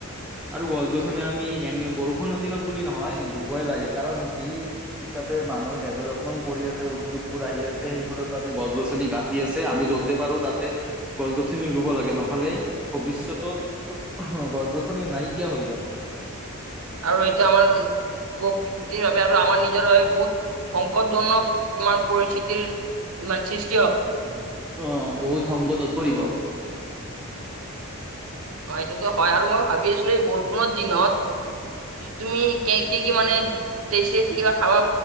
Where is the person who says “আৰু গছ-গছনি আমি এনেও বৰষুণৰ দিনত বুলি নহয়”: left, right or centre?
Centre